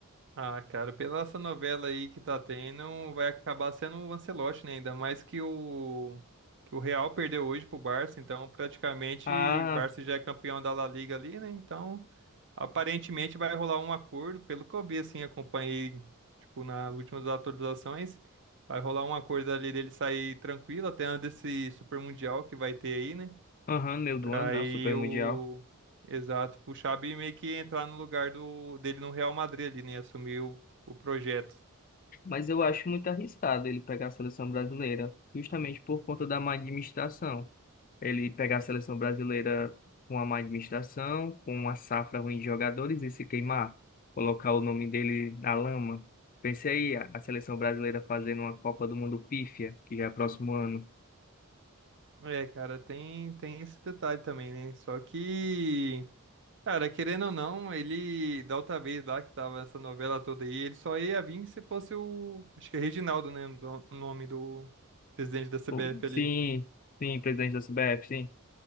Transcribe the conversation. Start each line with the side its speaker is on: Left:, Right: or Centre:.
Right: Ah, cara, pela essa novela aí que tá tendo, vai acabar sendo o Ancelotti, né? Ainda mais que o que o Real perdeu hoje pro Barça, então praticamente
Left: Ah,
Right: o Barça já é campeão da La Liga ali, né? Então, aparentemente vai rolar um acordo, pelo que eu vi assim, acompanhei tipo nas últimas atualizações, vai rolar um acordo ali dele sair tranquilo até antes desse Super Mundial que vai ter aí, né?
Left: aham, meu do ano,
Right: Aí
Left: né? O Super
Right: o.
Left: Mundial.
Right: Exato, pro Xabi meio que entrar no lugar do... dele no Real Madrid ali, né? Assumir o, o projeto.
Left: Mas eu acho muito arriscado ele pegar a seleção brasileira, justamente por conta da má administração. Ele pegar a seleção brasileira com a má administração, com uma safra ruim de jogadores e se queimar, colocar o nome dele na lama. Pense aí, a a seleção brasileira fazendo uma Copa do Mundo pífia, que já é próximo ano.
Right: É, cara, tem, tem esse detalhe também, né? Só que, cara, querendo ou não, ele, da outra vez lá que tava essa novela toda aí, ele só ia vir se fosse o, acho que é Reginaldo, né? O no- o nome do presidente da CBF
Left: O- Sim,
Right: ali.
Left: sim, presidente da CBF, sim.